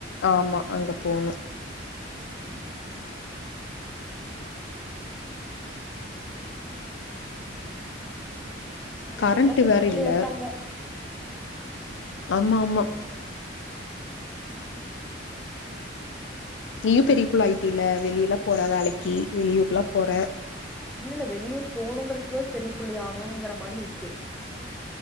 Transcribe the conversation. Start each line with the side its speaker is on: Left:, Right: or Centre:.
Left: ஆமா அங்க போனும்
Centre: <inaudible> தங்கச்சிங்கல்லா
Left: கரண்ட்
Centre: பெரிய
Left: வேற
Centre: புள்ளைங்க
Left: இல்ல
Centre: ஆயிட்டாங்க
Left: ஆமா ஆமா நீயும் பெரியப்புள்ள ஆயிட்ட இல்ல வெளில போற வேலைக்கு வெளியூர்க்லாம் போற
Centre: இல்ல இல்ல வெளியூர் போகணுங்கிற பெரிய புள்ளைய ஆணோங்குற மாரி இருக்கு